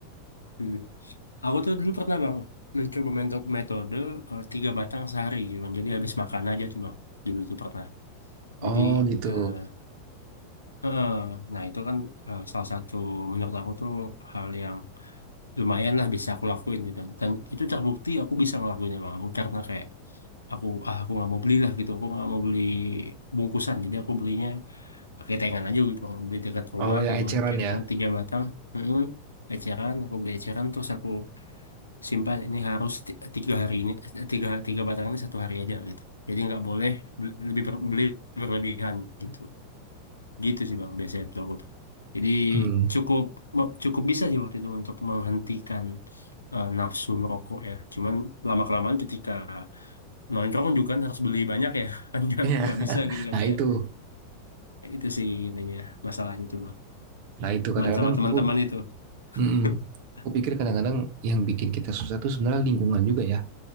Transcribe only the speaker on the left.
Mm. Aku tuh dulu pernah bang mencoba meto- metode eh, tiga batang sehari gitu bang. Jadi habis makan aja tuh bang. Dulu tuh pernah. Jadi
eh eh, nah itu kan eh, salah satu menurut aku tuh hal yang lumayan lah bisa aku lakuin gitu. Dan itu terbukti aku bisa ngelakuinnya bang. Aku karena kayak aku ah aku nggak mau beli lah gitu. Aku nggak mau beli bungkusan. Jadi aku belinya ketengan aja gitu bang. Beli dekat rumah
gitu
kan. Ketengan
tiga batang. Mm-mm. Eceran, aku beli eceran terus aku simpan ini harus ti- tiga hari ini eh, tiga tiga batang ini satu hari aja gitu. Jadi nggak boleh beli, lebih ber- beli berlebihan gitu. Gitu sih bang, biasanya tuh aku tuh. Jadi
cukup
me- cukup bisa sih waktu itu untuk menghentikan eh, nafsu merokok ya. Cuman lama-kelamaan ketika nongkrong juga kan harus beli banyak ya. <laughs> Kan nggak
nggak bisa gitu kan
kayak
itu sih intinya masalahnya tuh bang.
Main sama teman-teman
itu.
<laughs>